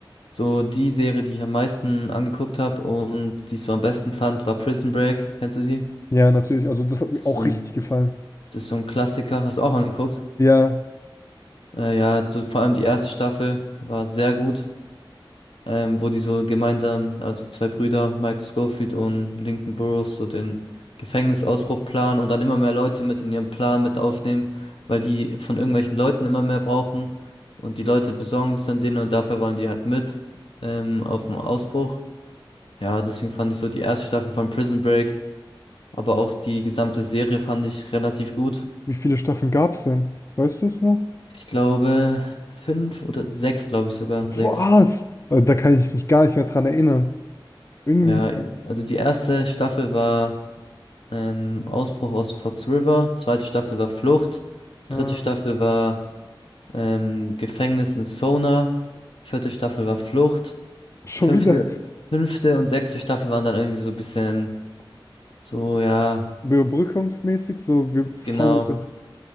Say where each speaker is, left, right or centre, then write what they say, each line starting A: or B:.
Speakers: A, on the left; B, on the left.
A: So die Serie, die ich am meisten angeguckt habe und die ich so am besten fand, war Prison Break. Kennst du die?
B: Ja, natürlich, also das hat mir
A: Das ist
B: auch
A: so
B: richtig
A: ein,
B: gefallen.
A: das ist so ein Klassiker. Hast du auch angeguckt?
B: Ja,
A: Äh, ja, so, vor allem die erste Staffel war sehr gut, ähm, wo die so gemeinsam, also die zwei Brüder, Michael Scofield und Lincoln Burrows, so den Gefängnisausbruch planen und dann immer mehr Leute mit in ihren Plan mit aufnehmen, weil die von irgendwelchen Leuten immer mehr brauchen und die Leute besorgen das dann denen und dafür wollen die halt mit ähm, auf dem Ausbruch. Ja, deswegen fand ich so die erste Staffel von Prison Break, aber auch die gesamte Serie fand ich relativ gut.
B: wie viele Staffeln gab es denn? Weißt du es noch?
A: Ich glaube, fünf oder sechs, glaube ich sogar, sechs.
B: Was? Also, da kann ich mich gar nicht mehr dran erinnern. Irgendwie.
A: Ja, also die erste Staffel war ähm, Ausbruch aus Fox River, zweite Staffel war Flucht,
B: äh,
A: dritte Staffel war ähm, Gefängnis in Sona, vierte Staffel war Flucht,
B: Schon
A: fünfte,
B: wieder
A: fünfte und sechste Staffel waren dann irgendwie so ein bisschen so, ja,
B: überbrückungsmäßig, so wir
A: genau.
B: hauen einfach.